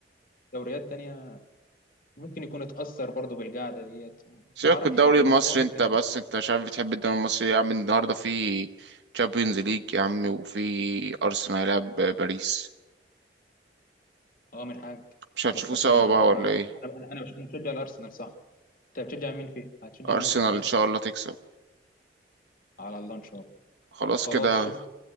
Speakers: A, on the left; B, on the right.
A: دوريات تانية ممكن يكون اتأثر برضه بالقعدة ديت ما
B: سيبك
A: أعرفش
B: من الدوري
A: والله
B: المصري
A: بس هو ممكن
B: انت بس انت مش عارف بتحب الدوري المصري إيه يا عم النهاردة في تشامبيونز ليج يا عم وفي أرسنال هيلعب باريس
A: اه من حاج
B: مش هنشوفوه
A: فكرتني
B: سوا
A: انا
B: بقى ولا ايه
A: انا انا انا مش- أنا بشجع الارسنال صح انت بتشجع مين فيه هتشجع
B: أرسنال
A: مين في الماتش
B: إن
A: ده
B: شاء الله تكسب
A: على الله ان شاء الله
B: خلاص
A: خلاص
B: كده
A: شوف